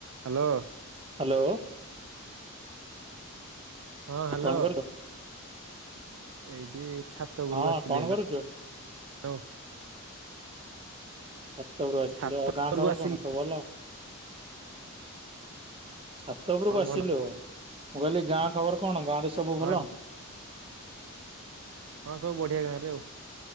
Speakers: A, on the right; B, on the right.
A: ହ୍ୟାଲୋ।
B: ହ୍ୟାଲୋ।
A: ହଁ ହ୍ୟାଲୋ।
B: କଣ କରୁଛ?
A: ଏଇଠି ଛାତ ଉପରକୁ
B: ହଁ
A: ଆସିଲି
B: କଣ
A: ଏଇନା
B: କରୁଛ?
A: ଆଉ
B: ଛାତ ଉପରୁ ଆସିଥିଲି।
A: ଛାତ
B: ଗାଁ
A: ଉପରକୁ
B: ଖବର
A: ଆସିଲି
B: କଣ ସବୁ ଭଲ। ଛାତ ଉପରକୁ
A: ହଁ
B: ଆସିଲୁ।
A: ଭଲ
B: ମୁଁ କହିଲି ଗାଁ ଖବର କଣ ଗାଁ ରେ ସବୁ
A: ହଁ
B: ଭଲ।
A: ହଁ ସବୁ ବଢିଆ ଗାଁରେ ଆଉ।